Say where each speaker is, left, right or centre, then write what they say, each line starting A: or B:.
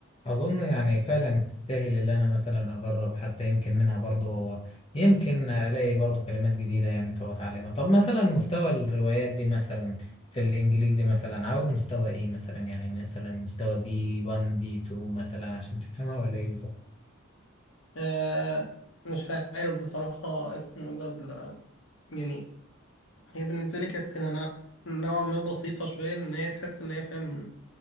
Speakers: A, on the left; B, on the left.
A: اظن يعني فعلا تستاهل اللي انا مثلا اجرب حتى يمكن منها برضو يمكن الاقي برضو كلمات جديدة يعني طب اتعلمها طب مثلا مستوى الروايات دي مثلا في الانجليزي مثلا عاوز مستوى ايه مثلا يعني مثلا مستوى بي 1 بي 2 مثلا عشان تفهمها ولا ايه بالظبط
B: آه مش عارف بصراحة اسمه ده ال- يعني هي بالنسبة لي كانت إلى نوع- نوعا ما بسيطة شوية إن هي تحس إن هي فاهم